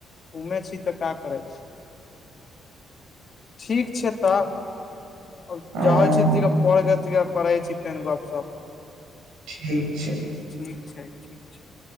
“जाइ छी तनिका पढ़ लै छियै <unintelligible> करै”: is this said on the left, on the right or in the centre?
Left